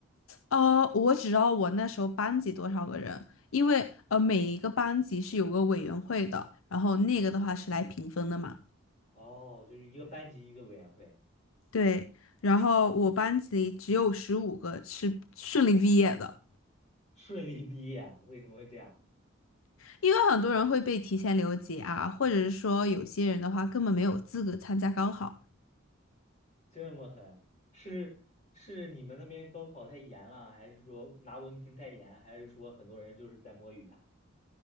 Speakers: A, on the left; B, on the left.
A: 呃，我只知道我那时候班级多少个人，因为呃每一个班级是有个委员会的，然后那个的话是来评分的嘛。
B: 哦，就是一个班级一个委员会，
A: 对，然后我班级只有十五个是顺利毕业的，
B: 顺利毕业，为什么会这样？
A: 因为很多人会被提前留级啊，或者是说有些人的话根本没有资格参加高考。
B: 这么狠，是是你们那边高考太严了，还是说拿文凭太严，还是说很多人就是在摸鱼啊？